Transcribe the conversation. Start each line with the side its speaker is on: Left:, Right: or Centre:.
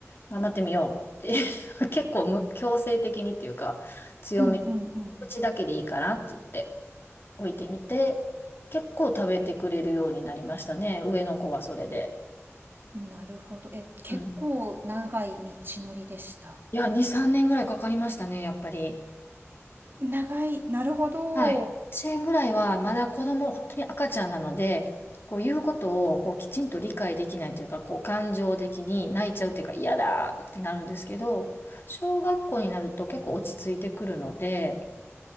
Left: 頑張ってみようって <laughs> 結構む強制的にっていうか、強めに、
Right: うんうん
Left: 口だけでいいからって言って置いてみて、結構食べてくれるようになりましたね、上の子はそれで。
Right: うん。なるほど。え、結構長い道のりでした。
Left: うん。いや、2、3年ぐらいかかりましたね、やっぱり。
Right: 長い。なるほど。
Left: はい。1円ぐらいはまだ子供、本当に赤ちゃんなので、こう言うことをこうきちんと理解できないというか、こう感情的に泣いちゃうというか、嫌だってなるんですけど、小学校になると結構落ち着いてくるので、